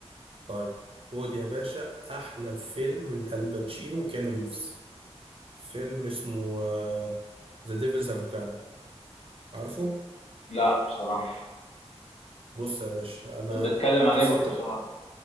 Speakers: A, on the right; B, on the left.
A: طيب خد يا باشا احلى فيلم لالباتشينو كانو ريفز فيلم اسمه ذا ديفلز افوكادو عارفه
B: لا بصراحه
A: بص يا باشا انا
B: طب بيتكلم عن
A: قصه
B: ايه باختصار
A: كده